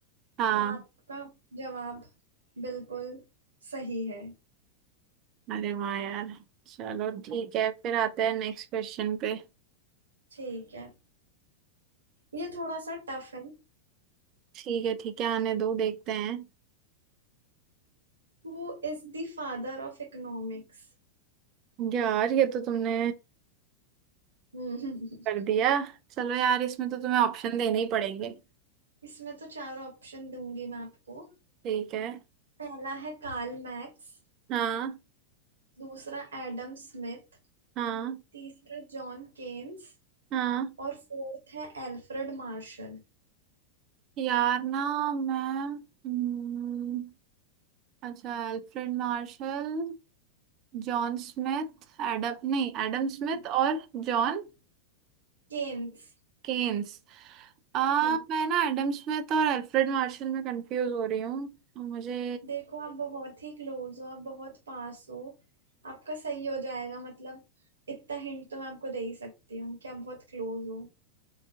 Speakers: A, on the right; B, on the right.
A: हाँ
B: तो आपका जवाब बिल्कुल सही है
A: अरे वाह यार चलो ठीक है फिर आते हैं नेक्स्ट क्वेश्चन पे
B: ठीक है ये थोड़ा सा टफ है
A: ठीक है ठीक है आने दो देखते हैं
B: Who is the father of economics
A: यार ये तो तुमने
B: हम्म
A: कर दिया चलो यार इसमें तो तुम्हें ऑप्शन देने ही पड़ेंगे
B: <laughs> इसमें तो चार ऑप्शन दूंगी मैं आपको
A: ठीक है
B: पहला है कार्ल मैक्स
A: हाँ
B: दूसरा एडम स्मिथ
A: हाँ
B: तीसरा जॉन केन्स
A: हाँ
B: और फोर्थ है एल्फ्रेड मार्शल
A: यार ना मैं हम्म, अच्छा Alfred Marshall John Smith Adam नहीं एडम स्मिथ
B: हम्म,
A: और जॉन
B: केन्स
A: केन्स आ,
B: हम्म
A: मैं ना एडम स्मिथ और अल्फ्रेड मार्शल में कंफ्यूज हो रही हूँ मुझे
B: देखो आप बहुत ही क्लोज हो आप बहुत पास हो आपका सही हो जाएगा मतलब इतना हिंट तो मैं आपको दे ही सकती हूँ कि आप बहुत क्लोज हो